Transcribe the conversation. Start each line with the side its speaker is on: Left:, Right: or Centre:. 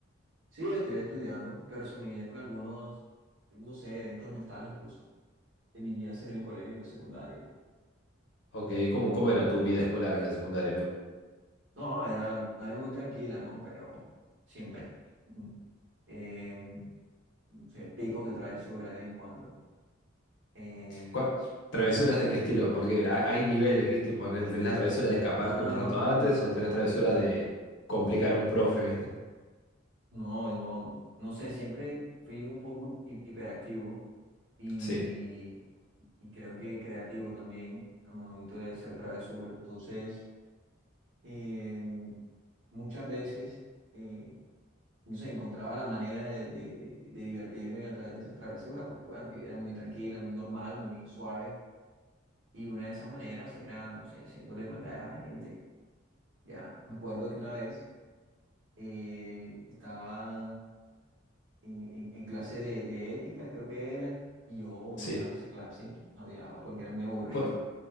Right: Sí, estoy estudiando, pero se me vinieron algunos, no sé, eventos nostálgicos de mis días en el colegio, en la secundaria.
Left: Ok, ¿cómo, cómo era tu vida escolar en la secundaria? amigo?
Right: No, era, era muy tranquila, ¿no? Pero siempre, mm, eh, no sé, picos de travesura de vez en cuando, ¿no? Eh,
Left: ¿Cuál- ¿Travesuras
Right: <laughs>
Left: de qué estilo? Porque hay, hay niveles, ¿viste? Poner, tenés la travesura de escaparte
Right: no,
Left: un rato
Right: no,
Left: antes o tenés travesura
Right: no.
Left: de
Right: <laughs>
Left: complicar a un profe, ¿viste?
Right: No, no, no sé, siempre fui un poco hi- hiperactivo y,
Left: Sí,
Right: y creo que creativo también al momento de hacer travesura. Entonces, em, muchas veces, eh, no sé, encontraba la manera de, de- de divertirme a través de esas travesuras, porque bueno, mi vida era muy tranquila, muy normal, muy suave. Y una de esas maneras era, no sé, haciéndole maldades a la gente. Ya, me acuerdo que una vez eh, estaba en, en clase de, de ética, creo que era, y yo odiaba
Left: sí.
Right: esa clase, la odiaba porque era muy aburrida.
Left: Por-